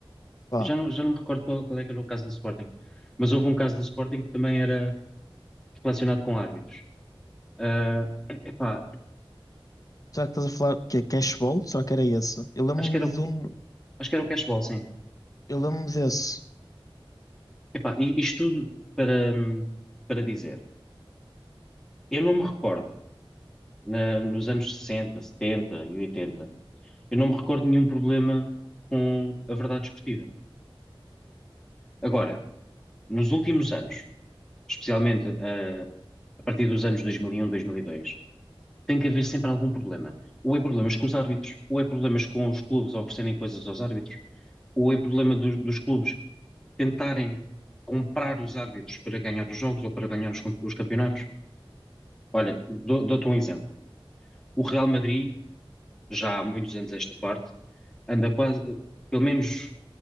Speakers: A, on the left; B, in the centre.
A: Pá,
B: Eu Já não, já não me recordo qual, qual é que era o caso do Sporting, mas houve um caso do Sporting que também era relacionado com árbitros. Ah, epá,
A: será que estás a falar que é Cashball? Será que era esse? Eu lembro-me
B: acho que era, o-
A: de um,
B: acho que era o Cashball, sim.
A: eu lembro-me desse.
B: Epá, i- isto tudo para, hum, para dizer, eu não me recordo, na- nos anos 60 70 e 80 eu não me recordo de nenhum problema com a verdade esportiva. Agora, nos últimos anos, especialmente ah, a partir dos anos 2001, 2002, tem que haver sempre algum problema. Ou é problemas com os árbitros, ou é problemas com os clubes a oferecerem coisas aos árbitros, ou é problema do- dos clubes tentarem comprar os árbitros para ganhar os jogos ou para ganhar os, cam- os campeonatos. Olha, dou- dou-te um exemplo. O Real Madrid, já há muitos anos a esta parte, anda quase, eh, pelo menos